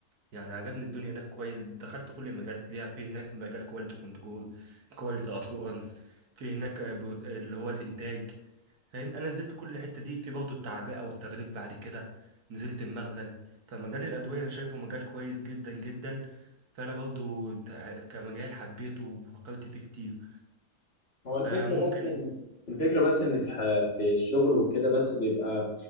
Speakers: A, on the right; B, on the left.
A: يعني عجبني الدنيا هناك كويس دخلت كل المجالات ليها في هناك مجال كواليتي كنترول كواليتي اشورنس في هناك برو- اللي هو الانتاج فاهم انا نزلت كل الحته دي في برضه التعبئه والتغليف بعد كده نزلت المخزن فمجال الادويه انا شايفه مجال كويس جدا جدا فانا برضه د- كمجال حبيته وفكرت فيه كتير
B: هو
A: فممكن
B: الفكره بس ان الفكره بس ان في ح- في الشغل وكده بس بيبقى